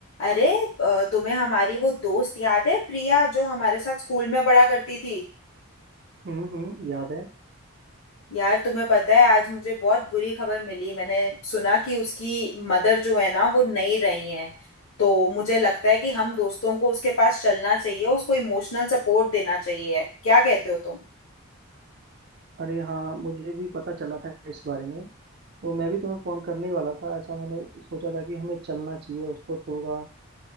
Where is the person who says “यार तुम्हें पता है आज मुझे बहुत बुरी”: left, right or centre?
Left